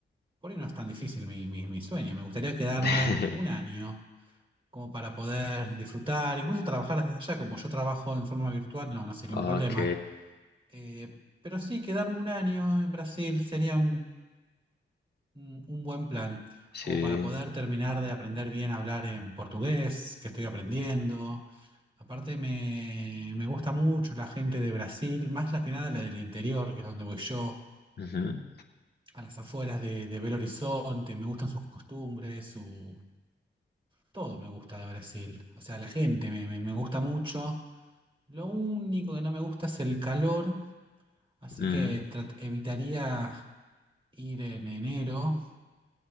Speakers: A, on the right; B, on the left.
A: por ahí no es tan difícil mi, mi, mi sueño, me gustaría quedarme
B: <laughs>
A: un año como para poder disfrutar, incluso trabajar desde allá, como yo trabajo en forma virtual, no, no sería
B: Ok,
A: un problema. Eh, pero sí, quedarme un año en Brasil sería un, un- un buen plan,
B: sí.
A: como para poder terminar de aprender bien a hablar en portugués, que estoy aprendiendo. Aparte me, me gusta mucho la gente de Brasil, más la que nada la del interior, que es donde voy yo,
B: Ujú,
A: a las afueras de, de Belo Horizonte, me gustan sus costumbres, su... Todo me gusta de Brasil, o sea, la gente me, me me gusta mucho. Lo único que no me gusta es el calor, así
B: mm,
A: que trat- evitaría ir en enero,